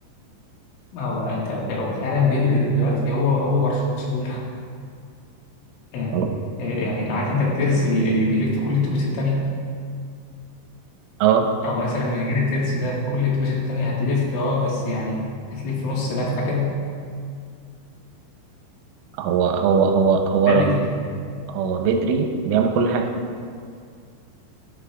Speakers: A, on the left; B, on the right.
A: ما هو أنت ف- هو فعلا بدري دلوقتي هو هو برشلونة يعني
B: خلاص.
A: آه، يعني عارف أنت الترس اللي اللي بيلف كل التروس التانية
B: اه
A: او مثلا من غير الترس ده كل التروس التانية هتلف اه بس يعني هتلف نص لفة كده
B: هو هو هو هو
A: ده
B: رقم
A: بدري
B: هو بدري بيعمل كل حاجه